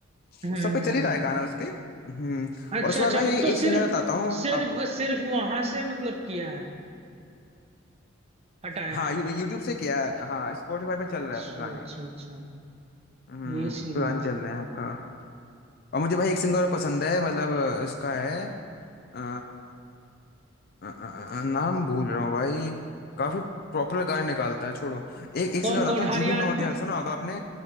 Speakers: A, on the left; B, on the right.
A: वो
B: हम्म
A: सब पे चल
B: हम्म,
A: ही रहा
B: हम्म।
A: है गाना उसके हम्म
B: अच्छा
A: और उसके
B: अच्छा
A: बाद भाई
B: मत-
A: एक
B: तो
A: सिंगर
B: सिर्फ
A: बताता हूँ
B: सिर्फ
A: आपको
B: सिर्फ वहां से मतलब किया है हटाया
A: हाँ
B: है
A: यू, यूट्यूब से किया है हाँ स्पॉटिफाई पे चल
B: अच्छा
A: रहा है उसके गाने
B: अच्छा अच्छा
A: हम्म
B: ये सीन
A: पुराने
B: है मतलब
A: चल रहे हैं आपका और मुझे भाई एक सिंगर पसंद है मतलब इसका है अ, अ, अ, अ, नाम भूल रहा हूँ भाई काफी प्रॉपर गाने निकालता है छोड़ो एक एक
B: कौन
A: सिंगर बताता
B: कौन
A: हूँ
B: हरियाणवी
A: जुबिन नौटियाल सुना होगा आपने